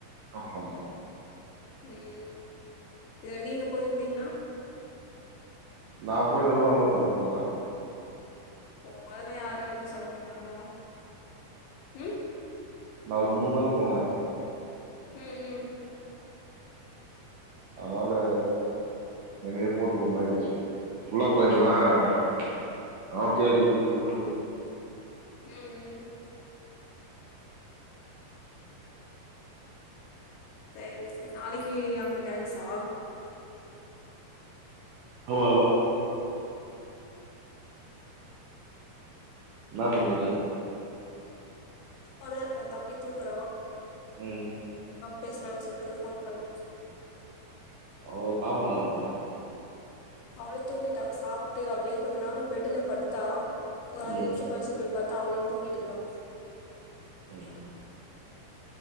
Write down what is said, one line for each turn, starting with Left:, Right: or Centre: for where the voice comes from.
Right: ஆமாமா
Left: ம் இத நீங்க போயிருந்தீங்கன்னா
Right: நான் போய் இந்த விட வந்த கூத்தடிப்பாங்க
Left: ஓ அதெல்லாம் யாரும் எதுவும் சொல்ல மாட்டாங்களா உம்
Right: நா ஒரு மூணு நாள் போனேன்
Left: உம்-உம்
Right: அதனால எனகே போரத்து ஒரு மாியாடுச்சு புல்லா போயந்தன்னா <unintelligible> கேக்குறது இது பண்ணலாம்
Left: உம்-உம் செரி-செரி நாளைக்கு அங்க டான்ஸா
Right: ஆவ அவ என்னா பண்ணுற
Left: சும்மாதான் இருக்கேன் தம்பி தூங்குறன்
Right: உம்
Left: பேசலாம்னு சொல்லிட்டு போன் பண்ண
Right: அவ பாப்பா என்ன பண்ற
Left: அவளலும் தூங்கிட்டா சாப்ட்டு அப்டியே கொஞ்ச நேரம் பெட்டு்ல படுத்தா ஒரு அஞ்சு
Right: ம்
Left: நிமிஷ கயிச்சி போய் பாத்த தா அவுனும் தூங்கிட்டு இருக்கிறான்
Right: உம்